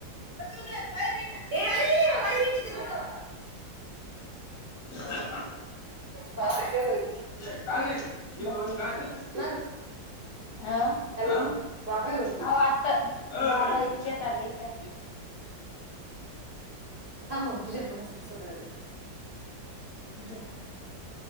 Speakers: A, on the right (about 65°); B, on the left (about 55°).
A: व अरे वयरीने
B: ह
A: बाबा आहे काय वरती
B: काय नाहीिन काय झालं
A: मग
B: हह
A: हॅलो बाबा आहे वरती
B: आता बा इचछतध का
A: थां मग तुझ्या मोठ्या सासकडत येते
B: द्या.